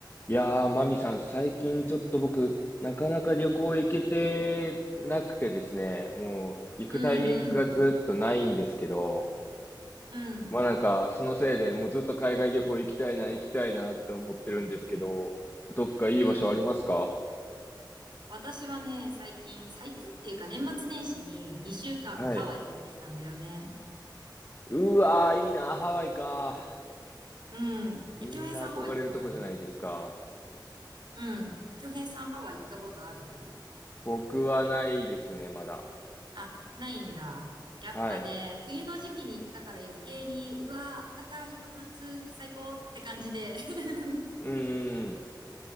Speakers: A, on the left; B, on the right.
A: いやー、マミさん、最近ちょっと僕、なかなか旅行行けてなくてですね、もう行くタイミングがずっとないんですけど、
B: うんうん。うん。
A: まあなんか、そのせいでもうずっと海外旅行行きたいな、行きたいなって思ってるんですけど、どっかいい場所ありますか
B: うん。私はね、最近、最近っていうか年末年始に2週間ハワイに行ってきたんだよね。
A: はい。うわー、いいな、ハワイか。
B: うん。
A: みんな憧れるとこじゃないですか。
B: え、京平さんハワイ行ったことあるうん。京平さんハワイ行ったことある
A: 僕はないですね、まだ。
B: あ、ないんだ。やっぱね、
A: はい。
B: 冬の時期に行ったから余計に、うわー、あったかい、常夏、最高って感じで。<laughs>
A: うーん、